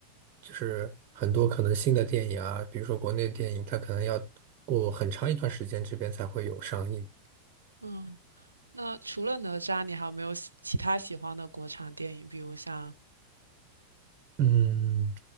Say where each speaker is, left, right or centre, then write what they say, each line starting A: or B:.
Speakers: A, on the right (about 35°); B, on the right (about 80°).
A: 就是很多可能新的电影啊，比如说国内的电影，它可能要过很长一段时间这边才会有上映。
B: 嗯。那除了哪吒，你还有没有喜其他喜欢的国产电影？比如像
A: 嗯，